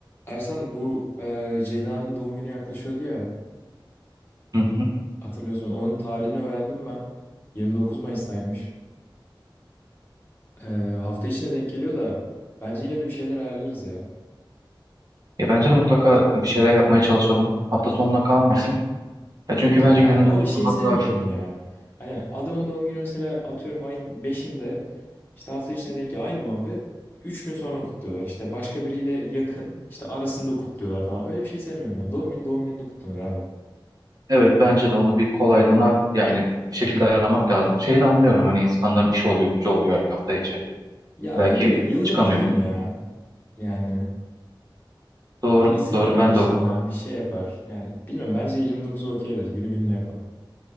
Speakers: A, on the left (about 25°); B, on the right (about 50°).
A: Ersan bu e, Ceyda'nın doğum günü yaklaşıyordu ya
B: Hı hı.
A: hatırlıyorsun onun tarihini öğrendim ben 29 Mayıs'taymış E, hafta içine denk geliyor da bence yine de bir şeyler ayarlarız ya
B: Ya bence de mutlaka bir şeyler yapmaya çalışalım. Hafta sonuna kalmasın. Ya
A: yok
B: çünkü
A: ya
B: bence gününü
A: ben o
B: kutlamak
A: şeyi sevmiyorum
B: daha...
A: ya hani adamın doğum günü mesela atıyorum ayın beşinde işte hafta içine denk geliyor aynı muhabbet üç gün sonra kutluyorlar işte başka biriyle yakın işte arasında kutluyorlar falan öyle bir şey sevmiyorum ben doğum günü doğum gününde kutlanır abi
B: Evet bence de onu bir kolaylığına yani bir şekilde ayarlamak lazım. Şeyi de anlıyorum hani insanların işi oluyor, gücü oluyor hafta içi.
A: ya
B: Belki
A: öyle de yılda
B: çıkamıyor.
A: bir gün ya yani.
B: Doğru,
A: Bir izin
B: doğru
A: alır
B: ben
A: işinden,
B: de o kafa.
A: bir şey yapar. Yani bilmiyorum bence 29'u okeydir. Günü gününe yapalım.